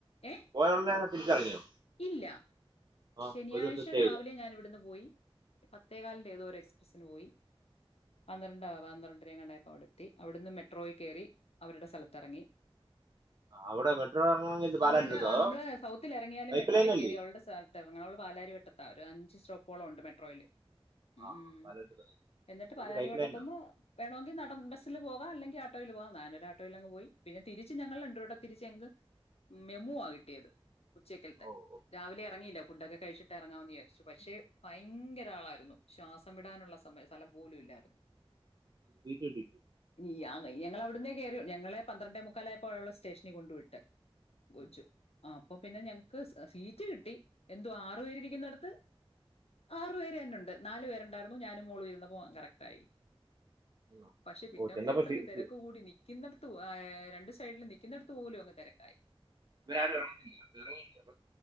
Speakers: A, on the left; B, on the right.
A: ഏ
B: പോയ ഉടനെ തന്നെ തിരിച്ചിറങ്ങിയോ
A: ഇല്ലാ
B: ആ
A: ശനിയാഴ്ച
B: ഒരു ദിവസം സ്റ്റേ
A: രാവിലെ
B: ചെയ്തോ
A: ഞാനിവിടന്നു പോയി പത്തേ കാൽ <unintelligible> സ്സിന് പോയി <unintelligible> <unintelligible> എങ്ങാണ്ടായപ്പോ അവിടെത്തി അവിടന്ന് മെട്രോയിൽ കേറി അവരുടെ സ്ഥലത്ത് എറങ്ങി
B: അവിടെ മെട്രോ ഇറങ്ങണമെങ്കിൽ എന്ത് പാലായിൽ
A: അവൾടെ
B: എടുത്തോ അതോ
A: നമ്മൾ സൗത്തിൽ ഇറങ്ങിയാലും
B: പൈപ്പ്
A: മെട്രോയിൽ
B: ലൈൻ
A: കേറി
B: അല്ലേ
A: അവൾടെ സ്ഥലത്ത് എറങ്ങാം അവള് പാലാരിവട്ട താ ഒരു അഞ്ച് സ്റ്റോപ്പോളുണ്ട് മെട്രോയില് ഉം
B: ആ പാലോട്ട് തുടങ്ങി
A: എന്നിട്ട്
B: അതൊരു
A: പാലാരിവട്ടത്ത്ന്ന്‌
B: പൈപ്പ് ലൈനാണോ
A: വേണോങ്കി നടന്ന് ബസ്സില് പോകാം അല്ലെങ്കി ആട്ടോല് പോകാം നാനൊരു ആട്ടോലങ്ങ് പോയി പിന്ന തിരിച്ച് ഞങ്ങൾ രണ്ടു പേരൂടെ തിരിച്ച് ഞങ്ങക്ക് തിരിച്ച് മെമുവാ കിട്ടിയത് ഉച്ചക്കെൽത്തെ
B: ഓ ഓ
A: രാവിലെ എറങ്ങിയില്ല ഫുഡ്‌ ഒക്കെ കഴിച്ചിട്ട് എറങ്ങാന്ന് വിചാരിച്ചു പക്ഷേ ഭയങ്കര ആളായിരുന്നു ശ്വാസം വി ടാനുള്ള സമ സ്ഥലം പോലും ഇല്ലായിരുന്നു
B: <unintelligible>
A: <unintelligible> ഞങ്ങളവിടന്നേ കേറി ഞങ്ങളെ പന്ത്രണ്ടേ മുക്കാലായപ്പോ അവിടെയുള്ള സ്റ്റേഷനിൽ കൊണ്ട് വിട്ട് കൊച്ചു
B: ഉം,
A: ആഹ് അപ്പൊ പിന്നെ ഞങ്ങക്ക് സ് സീറ്റ്‌ കിട്ടി എന്തോ ആറ്
B: ഉം,
A: പേര് ഇരിക്കിന്നിടത്ത് ആറു പേര് തന്നെ ഇണ്ട് നാലു പേര് പേരുണ്ടായി ഞാനും മോളും ഇരുന്നപ്പോ കറക്റ്റ് ആയി
B: വന്നോ?
A: പക്ഷേ പിന്നങ്ങോട്ടങ്ങ്
B: ഓ ചെന്നപ്പോ സി-
A: തിരക്ക്
B: സി-
A: കൂടി നിക്കിന്നട ഉ ആഹ് രണ്ട് സൈഡിൽ നിക്കിന്നിടത്തും അങ്ങ് തിരക്ക് ആയി
B: ഇവരാരും ഇറങ്ങുന്നില്ല അപ്പൊ ഇറങ്ങിയില്ല അപ്പൊ